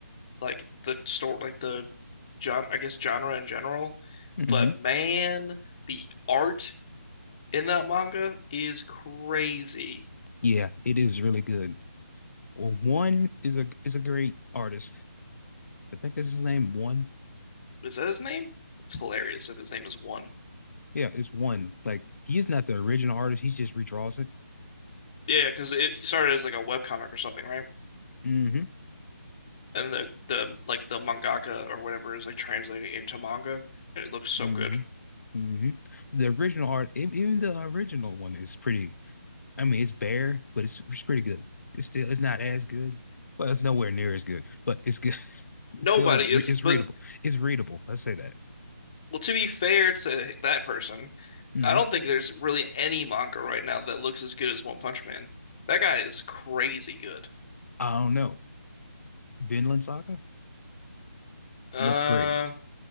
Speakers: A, on the left (about 15°); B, on the left (about 65°).
A: like the story, like the genre, I guess genre in general.
B: hmm
A: But man, the art in that manga is crazy.
B: Yeah, it is really good. Well, One is a is a great artist. I think that's his name, One.
A: Is that his name? It's hilarious if his name is one.
B: Yeah, it's One. Like he is not the original artist, he just redraws it.
A: Yeah, because it started as like a webcomic or something, right?
B: hmm
A: And the the like the mangaka or whatever is like translating into manga, and it looks so
B: hmm
A: good.
B: hmm The original art, e- even the original one is pretty I mean, it's bare, but it's, it's pretty good. It's still it's not as good. Well, it's nowhere near as good, but it's good.
A: Nobody
B: <laughs> it's still re-
A: is,
B: it's
A: but
B: readable. It's readable. Let's say that.
A: well, to be fair to that person,
B: Mm-hmm.
A: I don't think there's really any manga right now that looks as good as One Punch Man. That guy is crazy good.
B: I don't know. Vinland Saga
A: Uh,
B: looked great.